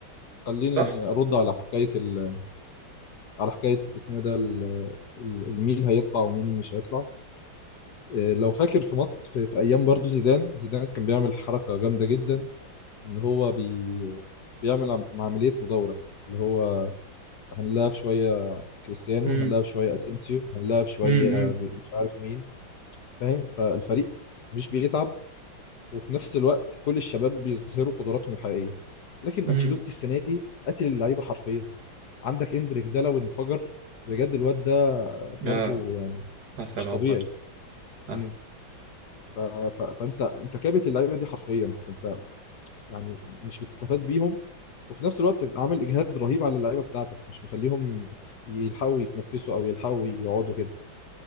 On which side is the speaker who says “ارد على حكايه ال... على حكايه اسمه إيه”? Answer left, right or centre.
Left